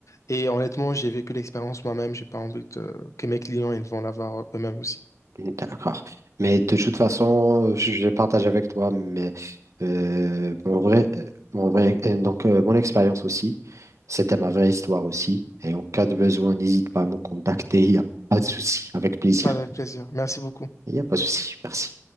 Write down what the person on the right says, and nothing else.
D'accord. Mais de toute façon, je je partage avec toi mais, euh, mon vrai, euh, mon vrai, euh, donc, euh, mon expérience aussi. C'était ma vraie histoire aussi. Et en cas de besoin, n'hésite pas à me contacter. Il n'y a pas de souci. Avec plaisir.
Il n'y a pas de souci, merci.